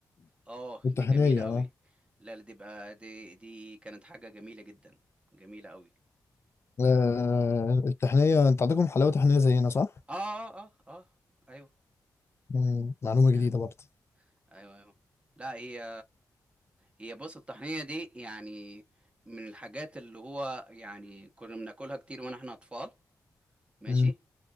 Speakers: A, on the right; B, on the left.
A: اه
B: الطحينية
A: دي جميلة قوي
B: اه
A: لا لا، دي بقى دي دي كانت حاجة جميلة جدا جميلة قوي
B: آه التحنية انت عندكم حلاوة تحنية زينا صح؟
A: اه اه اه اه ايوه
B: مم. معلومة
A: ايوه
B: جديدة برضه
A: ايوه, أيوة. لا هي هي بص الطحينة دي يعني من الحاجات اللي هو يعني كنا بناكلها كتير وانا احنا اطفال ماشي
B: مم.